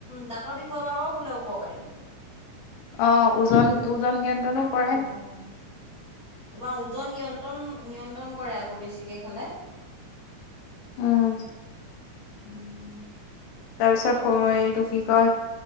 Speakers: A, on the left; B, on the left.
A: দাঁতৰ বিষৰ বাবেও বোলে উপকাৰী।
B: অ', ওজন, ওজন নিয়ন্ত্ৰণো কৰে
A: অ', তোমাৰ ওজন নিয়ন্ত্ৰণ, নিয়ন্ত্ৰণ কৰে আকৌ বেছিকে খালে।
B: উম,
A: উম।
B: তাৰপিছত সময় এইটো কি কয়,